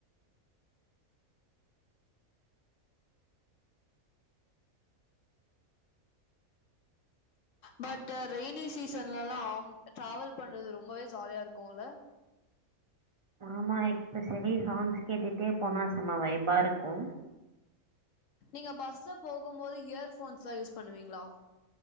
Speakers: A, on the left (about 65°); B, on the right (about 35°).
A: பட் ரெய்னி சீசன்லல்லாம் டிராவல் பண்றது ரொம்பவே ஜாலியா இருக்கும்ல
B: ஆமா எக்ஸ்பெசலி சாங்ஸ் கேட்டுட்டே போனா செம்ம வைபா இருக்கு
A: நீங்க பஸ்ல போகும்போது இயர் ஃபோன்ஸ்லா யூஸ் பண்ணுவீங்ளா